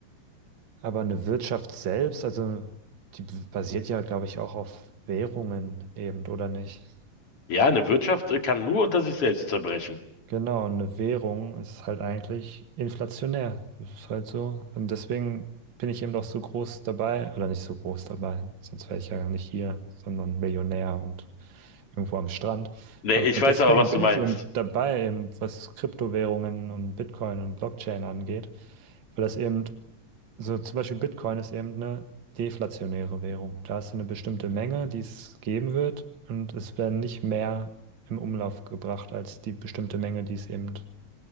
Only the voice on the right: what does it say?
Aber eine Wirtschaft selbst, also die basiert ja, glaube ich, auch auf Währungen eben, oder nicht?
Genau, und eine Währung ist halt eigentlich inflationär. Das ist halt so. Und deswegen bin ich eben doch so groß dabei, oder nicht so groß dabei, sonst wäre ich ja nicht hier, sondern Millionär und irgendwo am Strand.
Aber
deswegen
bin
ich eben dabei, eben was Kryptowährungen und Bitcoin und Blockchain angeht, weil das eben, so zum Beispiel Bitcoin ist eben eine deflationäre Währung. Da hast du eine bestimmte Menge, die es geben wird und es werden nicht mehr im Umlauf gebracht als die bestimmte Menge, die es eben